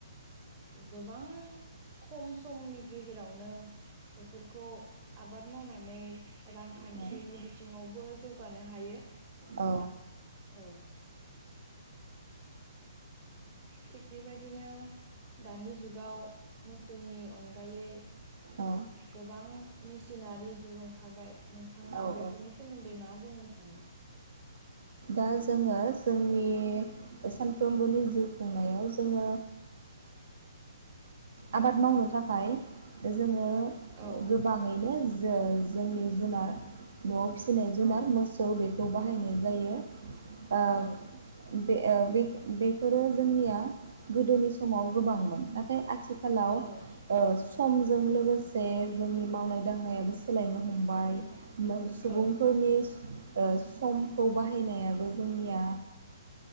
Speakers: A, on the right; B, on the right.
A: गोबां खम समनि गेजेरावनो बेफोरखौ आबाद मावनानै रांखान्थिनि
B: औ
A: बिथिङावबो जौगानो हायो।
B: औ।
A: औ थिग बेबायदिनो दानि जुगाव मोसौनि अनगायै
B: औ
A: गोबां मेसिनारि जुग ओंखारबाय नोंथाङा
B: औ
A: बेफोरनि
B: औ
A: सोमोन्दै मा बुंनो सानो?
B: दा जोङो जोंनि सानफ्रोमबोनि जिउ खुंनायाव जोङो आबाद मावनो थाखाय जोङो
A: औ
B: गोबाङैनो जो- जोंनि जुनार न'आव फिसिनाय जुनार
A: औ
B: मोसौ बेफो खौ बाहायनाय जायो। ओ
A: औ
B: बे ओ बि बि फोरो जोंनिया गोदोनि समाव गोबांमोन नाथाय आथ आथिखालाव
A: औ
B: ओ समजों लोगोसे जोंनि मावनाय दांनायाबो सोलायनो हमबाय। सुबुंफोरनिस
A: औ
B: ओ समखौ बाहा नायाबो जोंनिया